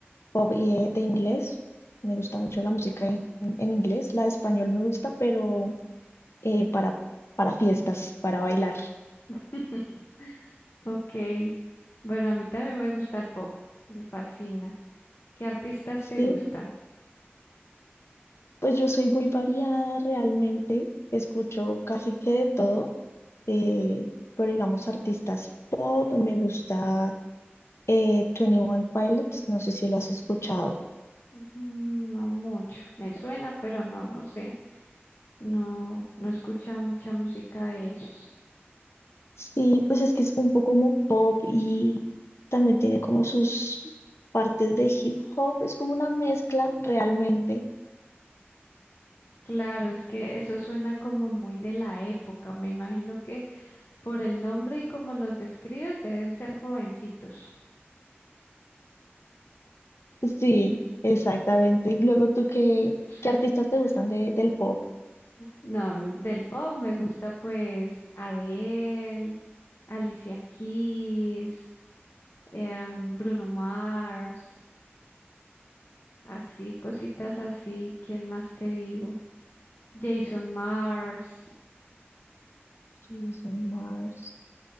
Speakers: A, on the left; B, on the left.
A: pop y, eh, de inglés. Me gusta mucho la música en, en inglés, la de español me gusta, pero eh, para, para fiestas, para bailar.
B: <laughs> Ok. Bueno, a mí también me gusta el pop. Me fascina. ¿Qué artistas
A: Sí,
B: te gustan?
A: Pues yo soy muy variada realmente, escucho casi que de todo, eh, pero digamos artistas pop, me gusta eh, twenty One Pilots, no sé si lo has escuchado.
B: Mm, No mucho. Me suena, pero no, no sé. No, no he escuchado mucha música de ellos.
A: Sí, pues es que es un poco como pop y también tiene como sus partes de hip hop, es como una mezcla realmente.
B: Claro, es que eso suena como muy de la época. Me imagino que Por el nombre y como los describes, deben ser jovencitos.
A: Sí, exactamente. Luego tú, ¿qué,
B: <laughs>
A: qué artistas te gustan de, del pop?
B: No, a mí del pop me gusta pues Adele, Alicia Keys, em, Bruno Mars, así, cositas así. ¿Quién más te digo? Jason Mars.
A: Jason Mars.